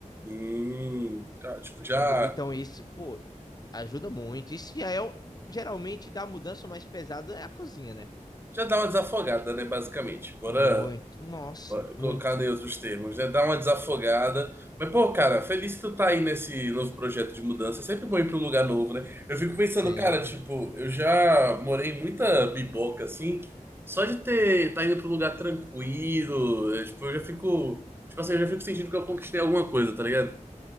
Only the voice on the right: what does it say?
Hum, tá, tipo, já,
já dá uma desafogada, né, basicamente.
Bora.
Colocado
em outros termos, né? Dá uma desafogada. Mas, pô, cara, feliz que tu tá aí nesse novo projeto de mudança. É sempre bom ir pra um lugar novo, né? Eu fico pensando,
cara, tipo, eu já morei em muita biboca, assim. Só de ter, tá indo pra um lugar tranquilo, é, tipo, eu já fico. Tipo assim, eu já fico sentindo que eu conquistei alguma coisa, tá ligado?